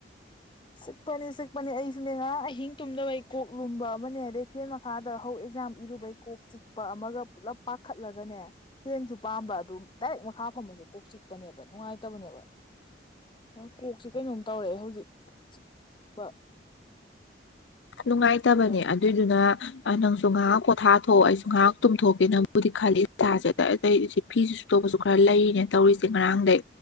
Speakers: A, on the left; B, on the left.
A: ꯆꯤꯛꯄꯅꯤ ꯆꯤꯛꯄꯅꯤ ꯑꯩꯁꯨꯅꯦ ꯉꯔꯥꯡ ꯑꯍꯤꯡ ꯇꯨꯝꯗꯕꯩ ꯀꯣꯛ ꯂꯨꯝꯕ ꯑꯃꯅ‌ꯦ ꯑꯗꯩ ꯐꯦꯟ ꯃꯈꯥꯗ ꯍꯧꯖꯤ ꯑꯦꯛꯖꯥꯝ ꯏꯔꯨꯕꯩ ꯀꯣꯛ ꯆꯤꯛꯄ ꯑꯃꯒ ꯄꯨꯜꯂꯞ ꯄꯥꯈꯠꯂꯒꯅꯦ ꯐꯦꯟꯁꯨ ꯄꯥꯝꯕ ꯑꯗꯨꯝ ꯗꯥꯏꯔꯦꯛ ꯃꯈꯥ ꯐꯝꯃꯁꯨ ꯀꯣꯛ ꯆꯤꯛꯄꯅꯦꯕ ꯅꯨꯡꯉꯥꯏꯇꯕꯅꯦꯕ ꯀꯣꯛꯁꯤ ꯀꯩꯅꯣꯝ ꯇꯧꯔꯛꯑꯦ ꯍꯧꯖꯤꯛ ꯆꯤꯛꯄ
B: ꯅꯨꯡꯉꯥꯏꯇꯕꯅꯦ
A: ꯄꯨꯜꯂꯦ
B: ꯑꯗꯨꯏꯗꯨꯅ ꯅꯪꯁꯨ ꯉꯍꯥꯛ ꯄꯣꯠꯊꯥꯊꯣꯛꯑꯣ ꯑꯩꯁꯨ ꯉꯥꯏꯍꯥꯛ ꯇꯨꯝꯊꯣꯛꯀꯦ ꯅꯪꯕꯨꯗꯤ ꯈꯜꯂꯤ <unintelligible> ꯐꯤꯁꯨ ꯁꯨꯗꯧꯕꯁꯨ ꯈꯔ ꯂꯩꯔꯤꯅꯦ ꯇꯧꯔꯤꯁꯦ ꯉꯔꯥꯡꯗꯩ